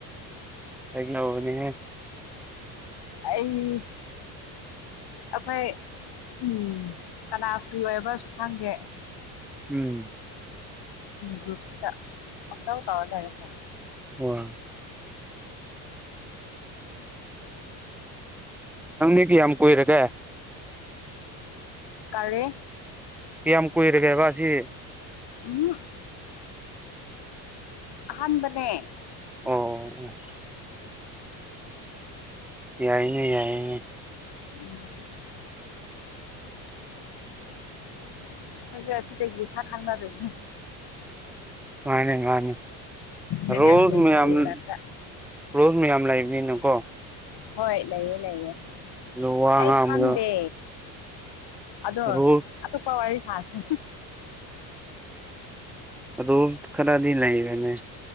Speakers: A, in the centre; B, on the left.
A: ꯂꯩꯅꯦ <unintelligible>
B: ꯑꯩ ꯑꯩꯈꯣꯏ ꯎꯝ ꯀꯅꯥ ꯐ꯭ꯔꯤ ꯑꯣꯏꯕ꯭ꯔꯥꯁꯨ ꯈꯪꯒꯦ
A: ꯎꯝ
B: ꯒ꯭ꯔꯨꯞꯁꯤꯗ ꯑꯃꯪꯇ ꯇꯧꯔ ꯂꯩꯔꯦꯀꯣꯜꯁꯦ
A: ꯑꯣ ꯅꯪꯗꯤ ꯀꯌꯥꯝ ꯀꯨꯏꯔꯒꯦ
B: ꯀꯥꯔꯤ
A: ꯀꯌꯥꯝ ꯀꯨꯏꯔꯒꯦꯕ ꯑꯁꯤ
B: ꯎꯝ ꯑꯍꯥꯟꯕꯅꯦ
A: ꯑꯣ ꯑꯣ ꯑꯣ ꯌꯥꯏꯅꯦ ꯌꯥꯏꯅꯦ
B: <unintelligible> ꯑꯩꯈꯣꯏꯁꯦ ꯑꯁꯤꯗꯒꯤ ꯁꯛ ꯈꯪꯅꯗꯣꯏꯅꯦ
A: ꯃꯥꯅꯦ ꯃꯥꯅꯦ
B: ꯔꯦꯗꯤꯑꯣ
A: ꯔꯣꯖ
B: ꯏꯁꯇꯦꯁꯟꯒꯤ
A: ꯃꯌꯥꯝꯅꯥ
B: ꯇꯥꯏꯞꯇ
A: ꯔꯣꯁ ꯃꯌꯥꯝ ꯂꯩꯕꯅꯤꯅꯀꯣ
B: ꯍꯣꯏ ꯂꯩꯌꯦ ꯂꯩꯌꯦ
A: ꯑꯗꯨ ꯋꯥ
B: ꯑꯩ
A: ꯉꯥꯡꯕꯗ
B: ꯈꯪꯗꯦ ꯑꯗꯣ
A: ꯔꯣꯜ
B: ꯑꯇꯣꯞꯄ ꯋꯥꯔꯤ ꯁꯥꯁꯦ
A: ꯑꯗꯣ ꯔꯨꯁ ꯈꯔꯗꯤ ꯂꯩꯕꯅꯦ